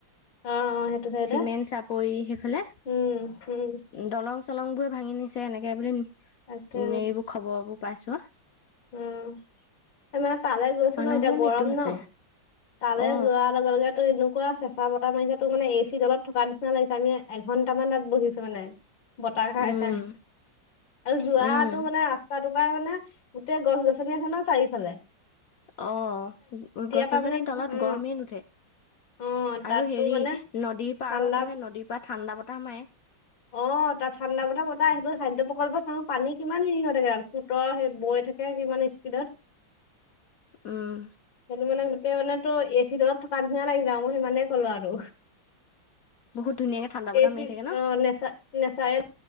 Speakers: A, on the left; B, on the left.
A: অ অ সেইটো চাইডে
B: চিমেণ চাপৰি সেইফালে।
A: উম উম
B: দলং চলং বোৰে ভাঙি নিছে এনেকে বুলি
A: তাকে
B: এইবোৰ খবৰবোৰ পাইছোঁ আ।
A: উম, এ, মানে তালে গৈছোঁ
B: মানুহো
A: ন' এতিয়া গৰম
B: মৃত্যু হৈছে
A: ন'। তালে
B: অ
A: যোৱাৰ লগে, লগে তো এনেকুৱা আছে চেচ এনেকুৱা বতাহ মাৰিছে তো মানে এ চি তলত থকা নিচিনা লাগিছে আমি এঘন্টামান তাত বহিছোঁ মানে। বতাহ খাই,
B: উম
A: খাই আৰু যোৱাটো
B: উম
A: মানে ৰাস্তাটো পাই মানে গোটেই গছ-গছনি আছে ন' চাৰিফালে
B: অ' গছ-
A: পৰা
B: গছনিৰ
A: মানে
B: তলত
A: অ
B: গৰমেই নুঠে।
A: অ তাতো
B: আৰু হেৰি
A: মানে
B: নদীৰ পাৰত
A: ঠাণ্ডা
B: মানে নদীৰ পাৰত ঠাণ্ডা বতাহ মাৰে।
A: অ' তাত ঠাণ্ডা বতাহ, বতাহ আহিব‌ই খাদ্য প্ৰকল্প <unintelligible> পানী কিমান হেৰি হৈ থাকে আৰুচোন ত' সেই বৌয়ে থাকে একেখন স্পীডত?
B: <unintelligible> উম
A: সেইটো মানে গোটেই মানে ত'এচি তলত থকা নিচিনা লাগি যাই মই সিমানেইে ক'লো আৰু।
B: বহুত ধুনীয়াকে ঠাণ্ডা বতাহ
A: এ চি
B: মাৰি থাকে ন
A: অ' নেচা-নেচাৰেল